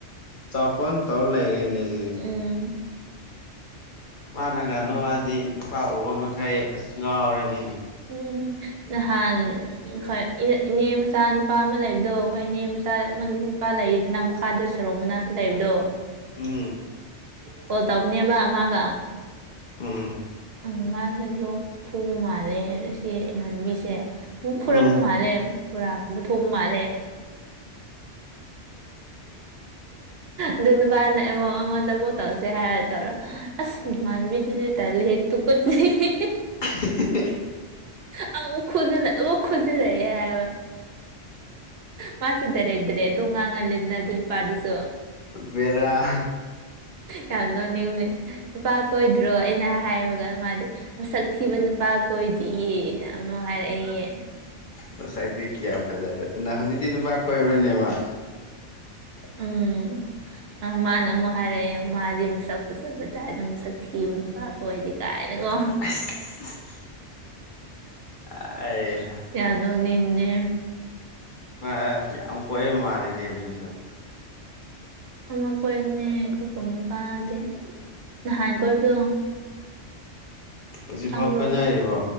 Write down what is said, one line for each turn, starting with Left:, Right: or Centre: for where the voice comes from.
Left: ꯆꯥꯎꯄꯪ ꯇꯧꯔ ꯂꯩꯔꯦꯅꯦꯖꯤ꯫
Right: ꯎꯝ
Left: ꯃꯥꯅꯒ ꯅꫭꯛꯑꯗꯤ ꯅꯨꯄꯥ ꯎꯕ ꯃꯈꯩ ꯑ꯭ꯁ ꯉꯥꯎꯔꯅꯤꯅꯦ
Right: ꯎꯝ ꯅꯍꯥꯟ ꯑꯩꯈꯣꯏ ꯏꯅꯦ-ꯏꯅꯦ ꯃꯆꯥ ꯅꯨꯄꯥ ꯑꯃ ꯂꯩꯕꯗꯣ ꯑꯩꯈꯣꯏ ꯏꯅꯦ ꯃꯆꯥ ꯅꯨꯄꯥ ꯂꯩꯗꯅ ꯃꯈꯥꯗ ꯁꯣꯔꯣꯛ ꯃꯅꯥꯛꯇ ꯂꯩꯥꯏꯕꯗꯣ
Left: ꯎꯝ
Right: ꯀꯣꯜ ꯇꯧꯕꯅꯦꯕ ꯃꯥꯒ
Left: ꯎꯝ
Right: ꯎꯝ ꯃꯥꯁꯦ ꯂꯣꯛ ꯈꯨꯕ ꯃꯥꯜꯂꯦ ꯁꯤ ꯏꯃꯥꯟꯕꯤꯁꯦ ꯑꯗꯨꯨꯝ ꯈꯣꯔꯛꯄ
Left: ꯎꯝ
Right: ꯃꯥꯜꯂꯦ ꯕꯣꯔꯥꯒꯨꯝꯕ ꯊꯣꯛꯄ ꯃꯥꯜꯂꯦ ꯑꯗꯨ ꯅꯨꯄꯥꯅ ꯑꯃꯃꯛ ꯑꯩꯉꯣꯟꯗ ꯑꯃꯨꯛ ꯇꯧꯁꯦ ꯍꯥꯏꯔ ꯇꯧꯔꯣ ꯑꯁ ꯃꯥꯟꯕꯤꯗꯨꯗꯤ ꯇꯥꯜꯂꯦꯍꯦ ꯇꯨꯀꯠꯆꯩꯌꯦ
Left: <unintelligible>
Right: ꯍꯥ-ꯑ ꯑꯃꯛ ꯈꯣꯖꯤꯜ ꯂꯦ ꯑꯃꯛ ꯈꯣꯖꯤꯜ ꯂꯦꯑ ꯍꯥꯏꯕ ꯃꯥꯁ ꯇꯔ ꯏ꯭ꯔꯦ ꯑꯗꯨ ꯉꯥꯡꯒꯜꯂꯤꯗꯅ ꯑꯗꯨ ꯄꯥꯗꯨꯁꯨ
Left: ꯕꯦꯔꯥ
Right: ꯌꯥꯝ ꯅꯣꯛꯅꯤꯡꯉꯦ ꯅꯨꯨꯄꯥ ꯀꯣꯏꯗ꯭ꯔꯣ ꯑꯩꯅ ꯍꯥꯏꯕꯒ ꯃꯥꯗꯤ ꯃꯁꯛ ꯊꯤꯕ ꯅꯨꯄꯥ ꯀꯣꯏꯗꯤꯌꯦ ꯑꯃꯨ ꯍꯥꯏꯔꯛꯏꯌꯦ
Left: ꯉꯁꯥꯏꯗꯤ ꯀꯌꯥ ꯐꯖꯥꯔꯗꯅ ꯍꯧꯖꯤꯇꯤ ꯅꯨꯄ ꯀꯣꯏꯕ꯭ꯔꯅꯦ ꯃꯥ
Right: ꯎꯝ ꯑ ꯃꯥꯅ ꯑꯃꯨꯛ ꯍꯥꯏꯔꯛꯑꯦ ꯃꯥꯗꯤ ꯃꯁꯛ ꯐꯖꯕ ꯇꯥꯏꯗ ꯃꯁꯛ ꯊꯤꯕꯅꯤ ꯍꯣꯏꯗꯤ ꯀꯥꯏꯅꯀꯣ
Left: ꯑꯁ <unintelligible>
Right: ꯌꯥꯝ ꯅꯣꯛꯅꯤꯡꯕꯅꯦ
Left: ꯑꯥ-ꯑꯥ ꯌꯥꯝ ꯀꯣꯏꯅꯕ ꯃꯥꯜꯂꯦꯅꯦ ꯑꯗꯨꯁꯨ
Right: ꯑꯃ ꯀꯣꯏꯕꯅꯦ ꯈꯧꯄꯝ ꯅꯨꯄꯥꯗꯤ ꯅꯍꯥꯟ ꯀꯣꯏꯕꯗꯣ
Left: ꯍꯧꯖꯤꯛꯐꯥꯎ
Right: ꯈꯪꯕ꯭ꯔꯣ
Left: ꯀꯣꯏꯅꯔꯤꯕꯣ